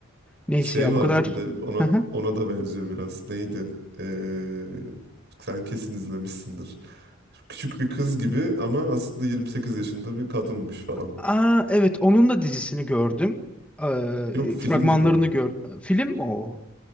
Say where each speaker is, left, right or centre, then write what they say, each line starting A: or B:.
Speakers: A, in the centre; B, on the right.
A: Neyse
B: Şey
A: ya
B: vardı
A: bu kadar.
B: bir de ona
A: Hı hı.
B: ona da benziyor biraz. Neydi? Ee, sen kesin izlemişsindir. Küçük bir kız gibi ama aslında 28 yaşında bir kadınmış falan.
A: Aa evet onun da dizisini gördüm. Ee,
B: Yok filmdi
A: fragmanlarını
B: bu.
A: gördüm. Film mi o?